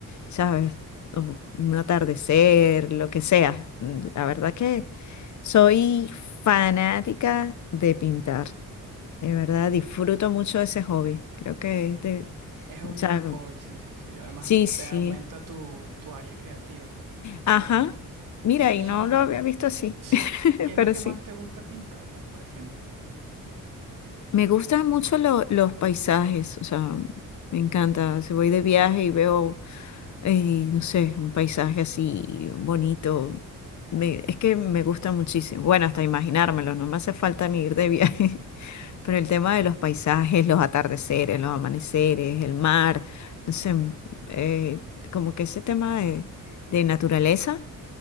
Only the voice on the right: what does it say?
Es un
buen hobby, sí, sí, sí. Además,
te aumenta tu, tu área creativa,
la verdad.
Y,
Sí,
¿qué es
lo que
más te gusta pintar? Pues, por ejemplo,